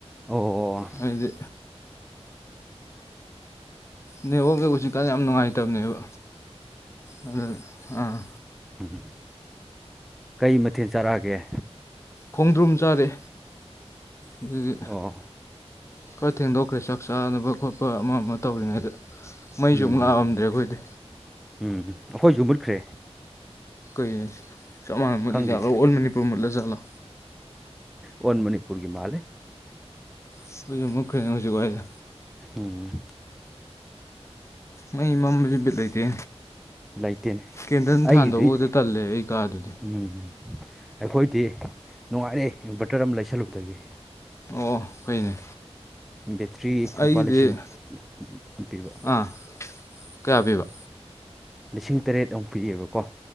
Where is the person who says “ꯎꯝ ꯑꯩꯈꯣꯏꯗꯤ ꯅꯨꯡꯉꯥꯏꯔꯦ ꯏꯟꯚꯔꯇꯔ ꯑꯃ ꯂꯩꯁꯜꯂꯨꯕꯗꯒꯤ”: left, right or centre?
Centre